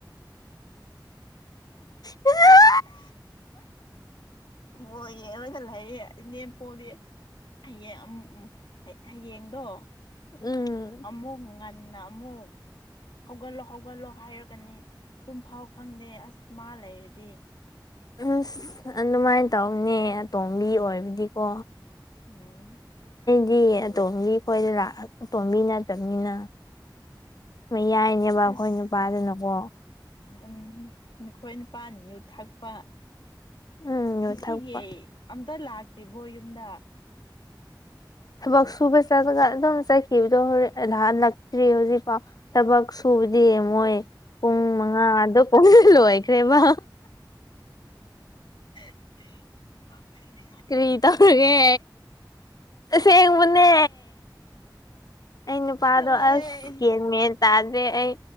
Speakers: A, on the left; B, on the left.
A: ꯍ ꯌꯥ
B: ꯑ ꯕꯣꯜ ꯌꯦꯡꯔꯒ ꯂꯩꯌꯦ ꯏꯅꯦꯝꯄꯣꯛꯗꯤ ꯍꯌꯦꯡ ꯑꯃꯨ ꯎꯝ ꯍ ꯍꯌꯦꯡꯗꯣ
A: ꯎꯝ
B: ꯑꯃꯨꯛ ꯉꯟꯅ ꯑꯃꯨꯛ ꯍꯧꯒꯠꯂꯣ ꯍꯧꯒꯠꯂꯣ ꯍꯥꯏꯔꯛꯀꯅꯤ ꯇꯨꯝ ꯐꯥꯎ ꯈꯪꯗꯦ ꯑꯁ ꯃꯥ ꯂꯩꯔꯗꯤ
A: ꯑꯁ ꯑꯗꯨꯃꯥꯏꯅ ꯇꯧꯕꯅꯦ ꯑꯇꯣꯝꯕꯤ ꯑꯣꯏꯕꯗꯤꯀꯣ
B: ꯎꯝ
A: ꯗꯤ ꯑꯇꯣꯝꯕꯤ ꯈꯣꯏꯗꯣ ꯂꯥꯛꯑ ꯑꯇꯣꯝꯕꯤ ꯅꯠꯇꯕꯅꯤꯅ ꯃꯌꯥꯏꯅꯦꯕ ꯑꯩꯈꯣꯏ
B: ꯑꯁ
A: ꯅꯨꯄꯥꯗꯨꯅꯀꯣ
B: ꯎꯝ ꯅꯈꯣꯏ ꯅꯨꯄꯥꯅ ꯌꯨ ꯊꯛꯄ
A: ꯎꯝ ꯌꯨ
B: ꯉꯁꯤꯒꯤ
A: ꯊꯛꯄ
B: ꯑꯝꯇ ꯂꯥꯛꯇ꯭ꯔꯤꯕꯣ ꯌꯨꯝꯗ
A: ꯊꯕꯛ ꯁꯨꯕ ꯆꯠꯂꯒ ꯑꯗꯨꯝ ꯆꯠꯈꯤꯕꯗꯣ ꯍꯣꯔꯦꯟ ꯍꯜꯂꯛꯇ꯭ꯔꯤ ꯍꯧꯖꯤꯛꯐꯥꯎ ꯊꯕꯛ ꯁꯨꯕꯗꯤ ꯝꯣꯏ ꯄꯨꯡ ꯃꯉꯥꯗꯣ ꯀꯣꯟꯅ ꯂꯣꯏꯈ꯭ꯔꯦꯕ
B: <unintelligible>
A: ꯀꯔꯤ ꯇꯧꯔꯒꯦ ꯑꯁꯦꯡꯕꯅꯦ ꯑꯩ ꯅꯨꯄꯥꯗꯣ
B: ꯂꯩ
A: ꯑꯁ ꯒꯦꯟ ꯃꯦꯟ ꯇꯥꯗ꯭ꯔꯦ ꯑꯩ